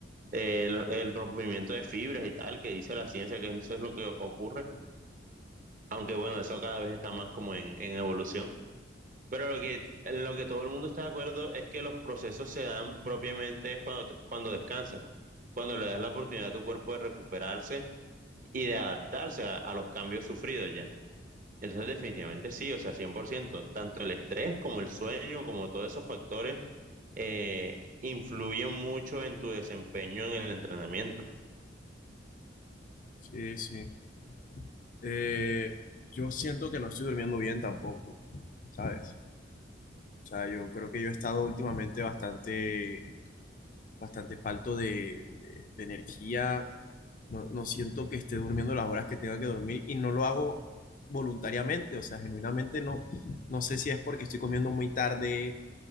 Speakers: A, on the right; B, on the left.
A: eh, el, el rompimiento de fibras y tal, que dice la ciencia que eso es lo que ocurre, aunque bueno, eso cada vez está más como en, en evolución. Pero lo que, en lo que todo el mundo está de acuerdo es que los procesos se dan propiamente es cuando, te- cuando descansas, cuando le das la oportunidad a tu cuerpo de recuperarse y de adaptarse a, a los cambios sufridos ya. Entonces, definitivamente sí, o sea, 100% tanto el estrés como el sueño, como todos esos factores eh, influyen mucho en tu desempeño en el entrenamiento.
B: Sí, sí. Eh, yo siento que no estoy durmiendo bien tampoco, ¿sabes? O sea, yo creo que yo he estado últimamente bastante, bastante falto de, de- de energía. No, no siento que esté durmiendo las horas que tenga que dormir y no lo hago voluntariamente. O sea, genuinamente no, no sé si es porque estoy comiendo muy tarde,